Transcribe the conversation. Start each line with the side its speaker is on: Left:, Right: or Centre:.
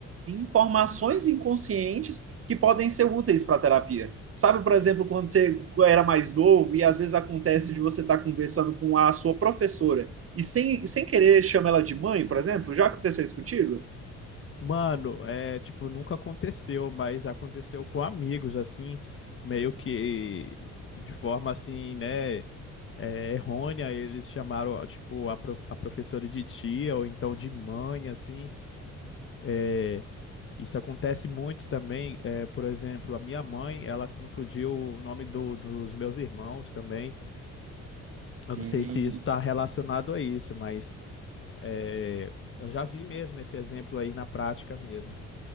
Right: informações inconscientes que podem ser úteis para a terapia. Sabe, por exemplo, quando você era mais novo e às vezes acontece de você estar conversando com a sua professora e sem, sem querer chama ela de mãe, por exemplo? Já aconteceu isso contigo?
Left: Mano, é tipo, nunca aconteceu, mas aconteceu com amigos, assim, meio que de forma assim, né? é, errônea, eles chamaram, tipo, a, prof- a professora de tia ou então de mãe, assim. É, isso acontece muito também. É, por exemplo, a minha mãe, ela confundiu o nome do, dos meus irmãos também.
Right: Sim,
Left: Eu não sei se isso está relacionado a isso, mas É, eu já vi mesmo esse exemplo aí na prática mesmo.